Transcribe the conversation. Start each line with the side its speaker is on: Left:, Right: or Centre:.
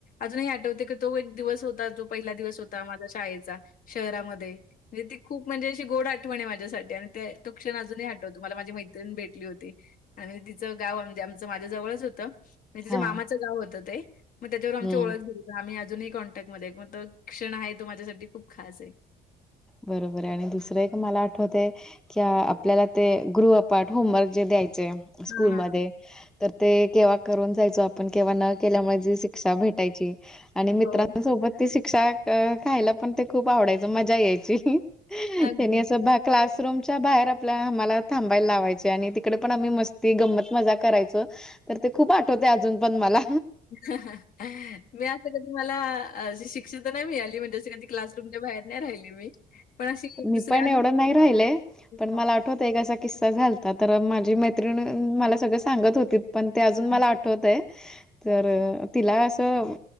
Left: अजूनही आठवते की तो एक दिवस होता तो पहिला दिवस होता माझ्या शाळेचा शहरामध्ये म्हणजे ती खूप म्हणजे अशी गोड आठवण आहे माझ्यासाठी आणि ते तो क्षण अजूनही आठवतो मला माझी मैत्रीण भेटली होती. आणि तिचं गाव म्हणजे आमचं माझ्या जवळच होतं. म्हणजे
Centre: हा
Left: त्याच्या मामाचं गाव होतं ते मग त्याच्यावर आमची
Centre: हम्म
Left: ओळख झाली. आम्ही अजूनही कॉन्टॅक्टमध्येध्ये मग क्षण आहे तो माझ्यासाठी खूप खास आहे.
Centre: बरोबर आहे आणि दुसरं एक मला आठवते. किंवा आपल्याला ते गृहपाठ होमवर्क जे द्यायचे स्कूलमध्ये
Left: हां, हां.
Centre: तर ते केव्हा करून जायचो आपण केव्हा न केल्यामुळे जी शिक्षा भेटायची. आणि मित्रांसोबत
Left: हो.
Centre: ती शिक्षा खायला पण ते खूप आवडायचं मजा यायची.
Left: अगदी.
Centre: तेनि असं बा क्लासरूमच्या बाहेर आपल्या, आम्हाला थांबायला लावायचे आणि तिकडे पण आम्ही मस्ती, गंमत, मजा करायचो. तर ते खूप आठवते अजून पण मला
Left: हा हा मी अस कधी मला अशी शिक्षा तर नाही मिळाली म्हणजे जशी कधी क्लासरूमच्या बाहेर नाही राहिली मी पण अशी
Centre: मी
Left: दुसरी
Centre: पण
Left: आणि
Centre: एवढं नाही राहिले पण
Left: हां,
Centre: मला आठवत. एक असा किस्सा झालता तर माझी मैत्रिण मला सगळं सांगत होती. पण ते अजून
Left: हां.
Centre: मला आठवत आहे तर
Left: अच्छा,
Centre: तिला असं